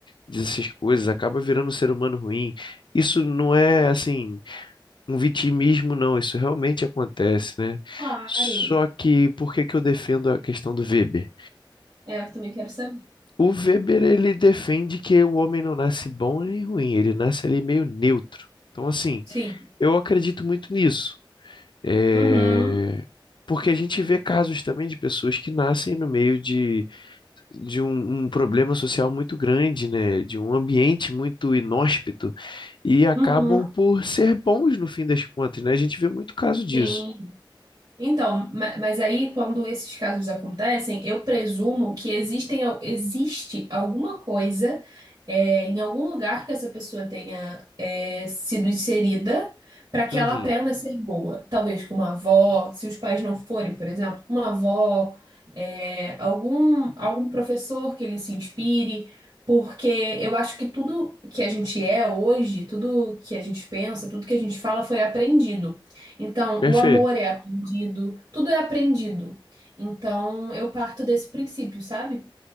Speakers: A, on the left; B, on the right.
A: dessas coisas, acaba virando um ser humano ruim. Isso não é assim um vitimismo, não, isso realmente acontece, né?
B: claro.
A: Só que por que que eu defendo a questão do Weber?
B: É, eu também quero saber.
A: O Weber ele defende que o homem não nasce bom nem ruim, ele nasce ali meio neutro. Então, assim,
B: Sim.
A: eu acredito muito nisso. É,
B: Uhum,
A: Porque a gente vê casos também de pessoas que nascem no meio de, de um, um problema social muito grande, né? De um ambiente muito inóspito e acabam
B: uhum,
A: por ser bons no fim das contas, né? A gente vê muito caso disso.
B: sim. Então, ma- mas aí quando esses casos acontecem, eu presumo que existem, al- existe alguma coisa é, em algum lugar que essa pessoa tenha é, sido inserida para que
A: Uhum,
B: ela aprenda a ser boa. Talvez com uma avó, se os pais não forem, por exemplo, uma avó, é, algum, algum professor que ele se inspire, porque eu acho que tudo que a gente é hoje, tudo que a gente pensa, tudo que a gente fala foi aprendido. Então,
A: perfeito.
B: o amor é aprendido, tudo é aprendido. Então, eu parto desse princípio, sabe?